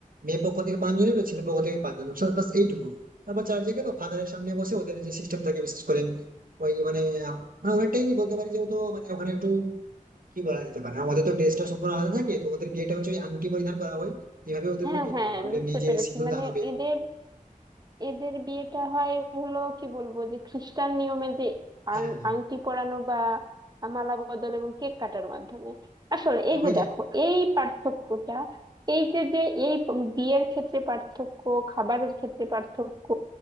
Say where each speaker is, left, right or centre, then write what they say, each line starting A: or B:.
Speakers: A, on the right (about 80°); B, on the right (about 30°).
A: মেয়ে পক্ষ থেকে পাঁচজন এবং ছেলে পক্ষ থেকে পাঁচজন ব্যাস এইটুকু তারপর চার্জে গেল ফাদারের সামনে বসে ওদের যে সিস্টেম থাকে বিশেষ করে ওই মানে আমরা অনেকটাই বলতে পারি যেহেতু মানে ওখানে একটু কি বলা যেতে পারে আমাদের তো ড্রেসটা সম্পূর্ণ আলাদা থাকে তো ওদের বিয়েটা হচ্ছে ওই আংটি পরিধান করা হয় এইভাবে ওদের
B: হ্যাঁ
A: বিয়েটা
B: হ্যাঁ
A: হয়ে যাবে ওদের
B: বুঝতে
A: নিজে
B: পেরেছি
A: সিঁদুর
B: মানে
A: দান হবে
B: এদের এদের বিয়েটা হয় হলো কি বলবো যে খ্রিস্টান নিয়মে যে
A: হ্যাঁ
B: আং- আংটি পরানো বা মালা বদল এবং কেক কাটার মাধ্যমে আসলে
A: হ্যাঁ,
B: এই
A: ওইটাই
B: যে দেখো এই পার্থক্যটা এই যে যে এই প- বিয়ের ক্ষেত্রে পার্থক্য খাবারের ক্ষেত্রে পার্থক্য